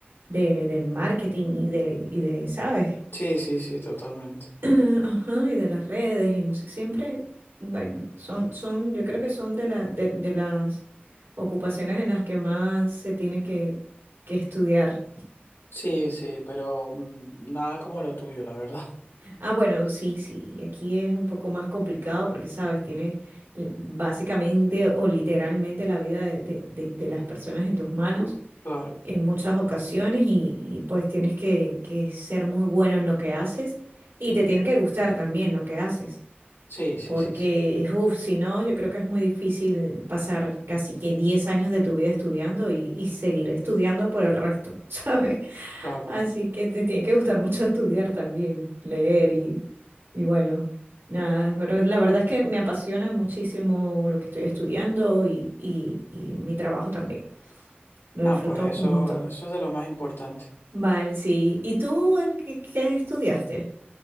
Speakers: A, on the right; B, on the left.
A: de- del marketing y de, y de, ¿sabes?
B: Sí, sí, sí, totalmente.
A: <clears throat> Ajá, y de las redes y no sé, siempre, bueno, son, son, yo creo que son de, la, de, de las ocupaciones en las que más se tiene que, que estudiar.
B: Sí, sí, pero mm, nada como lo tuyo, la verdad. <laughs>
A: Ah, bueno, sí, sí, aquí es un poco más complicado porque, sabes, tienes l- básicamente o literalmente la vida de, de- de- de las personas en tus manos
B: Claro.
A: en muchas ocasiones y, y, pues tienes que, que ser muy bueno en lo que haces y te tiene que gustar también lo que haces.
B: Sí, sí,
A: Porque,
B: sí, sí.
A: uff, si no, yo creo que es muy difícil pasar casi que 10 años de tu vida estudiando y, y seguir estudiando por el resto, <laughs> ¿sabes?
B: Claro.
A: Así que te tiene que gustar mucho estudiar también, leer y, y bueno, nada, pero la verdad es que me apasiona muchísimo lo que estoy estudiando y, y- y mi trabajo también. Lo
B: Ah,
A: disfruto
B: pues eso,
A: un montón.
B: eso es de lo más importante.
A: Vale, sí. ¿Y tú en qué, qué estudiaste?